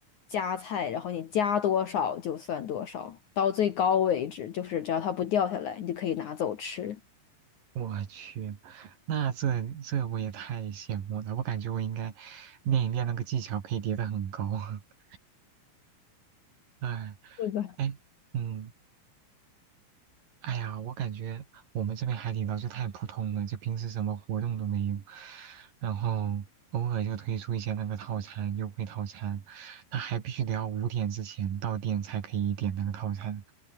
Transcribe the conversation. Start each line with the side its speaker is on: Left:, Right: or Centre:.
Left: 加菜，然后你加多少就算多少，到最高为止，就是只要它不掉下来，你就可以拿走吃。
Right: 我去，那这这我也太羡慕了，我感觉我应该练一练那个技巧，可以叠得很高。<laughs> 哎
Left: 是的，
Right: 哎，嗯。哎呀，我感觉我们这边海底捞就太普通了，就平时什么活动都没有，然后偶尔就推出一些那个套餐优惠套餐，那还必须得要五点之前到店才可以点那个套餐，